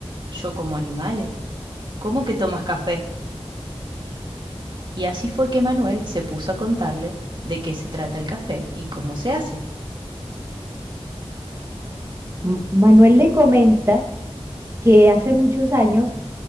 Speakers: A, on the right; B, on the right.
A: Yo como animales. ¿Cómo que tomas café? Y así fue que Manuel se puso a contarle de qué se trata el café y cómo se hace.
B: M- Manuel le comenta que hace muchos años